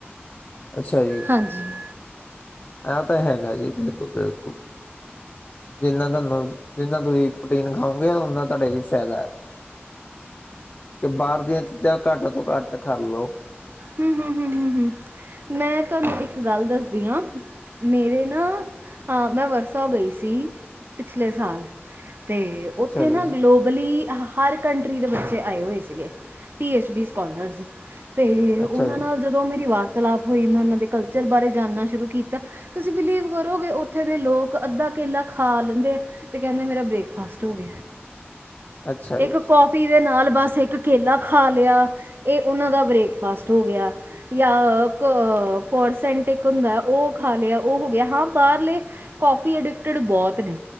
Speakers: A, on the left (about 35°); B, on the right (about 55°).
A: ਅੱਛਾ ਜੀ।
B: ਹਾਂਜੀ।
A: ਆਹ ਤਾਂ ਹੈਗਾ ਜੀ, ਬਿਲਕੁਲ ਬਿਲਕੁਲ। ਜਿੰਨਾ ਤੁਹਾਨੂੰ, ਜਿੰਨਾ ਤੁਸੀਂ ਪ੍ਰੋਟੀਨ ਖਾਓਗੇ ਓਨਾ ਤੁਹਾਡੇ ਲਈ ਫ਼ਾਇਦਾ ਹੈ। ਕਿ ਬਾਹਰ ਦੀਆਂ ਚੀਜ਼ਾਂ, ਘੱਟ ਤੋਂ ਘੱਟ ਕਰਲੋ।
B: ਹਮ ਹਮ ਹਮ ਹਮ ਹਮ ਮੈਂ ਤੁਹਾਨੂੰ, ਇੱਕ ਗੱਲ ਦੱਸਦੀ ਹਾਂ। ਮੇਰੇ ਨਾ, ਮੈਂ ਵਰਸਾ ਗਈ ਸੀ ਪਿਛਲੇ ਸਾਲ। ਤੇ
A: ਅੱਛਾ
B: ਉੱਥੇ
A: ਜੀ,
B: ਨਾ ਗਲੋਬਲੀ ਇਹ। ਹਰ ਕੰਟਰੀ ਦੇ ਬੱਚੇ ਆਏ ਹੋਏ ਸੀਗੇ ਪੀ ਐੱਚ ਡੀ ਸਕੋਲਰਸ ਅਤੇ ਉਹਨਾਂ
A: ਅੱਛਾ ਜੀ,
B: ਨਾਲ ਜਦੋਂ। ਜਦੋਂ ਮੇਰੀ ਵਾਰਤਾਲਲਾਪ ਹੋਈ ਮੈਂ ਉਹਨਾਂ ਦੇ ਕਲਚਰ ਬਾਰੇ ਜਾਣਨਾ ਸ਼ੁਰੂ ਕੀਤਾ। ਤੁਸੀਂ ਬਿਲੀਵ ਕਰੋਗੇ ਉੱਥੇ ਦੇ ਲੋਕ, ਅੱਧਾ ਕੇਲਾ ਖਾ ਲੈਂਦੇ ਆ। ਤੇ ਕਹਿੰਦੇ ਮੇਰਾ ਬ੍ਰੇਕਫਾਸਟ ਹੋ ਗਿਆ,
A: ਅੱਛਾ ਜੀ,
B: ਇੱਕ ਕੌਫੀ। ਜਿਦੇ ਨਾਲ ਬਸ ਇੱਕ ਕੇਲਾ ਖਾ ਲਿਆ, ਇਹ ਉਹਨਾਂ ਦਾ ਬ੍ਰੇਕਫਾਸਟ ਹੋ ਗਿਆ। ਜਾਂ ਕੋਰਸੈਂਟਿਕ ਹੁੰਦਾ ਉਹ ਖਾ ਲਿਆ ਉਹ ਹੋ, ਗਿਆ ਹਾਂ ਬਾਹਰਲੇ। ਕੌਫੀ ਅਡਿਕਟਡ ਬਹੁਤ ਨੇ।